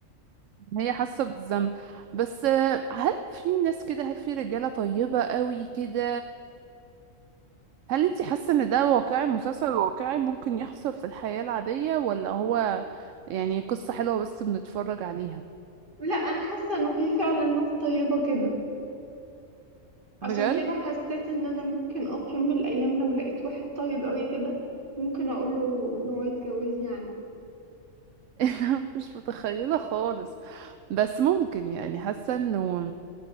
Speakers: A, on the right; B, on the right.
A: هي حاسه بالذنب بس آه، هل في ناس كده هل في رجاله طيبه قوي كده هل انت حاسة ان ده واقعي مسلسل واقعي ممكن يحصل في الحياة العادية ولا هو يعني قصة حلوة بس بنتفرج عليها
B: لا انا حاسه انه في فعلا ناس طيبه كده عشان
A: بجد
B: كده حسيت ان انا ممكن اه في يوم من الايام لو لقيت واحد طيب قوي كده ممكن اقوله ان هو يتجوزني عادي
A: <laughs> انا مش متخيلة خالص بس ممكن يعني حاسة انه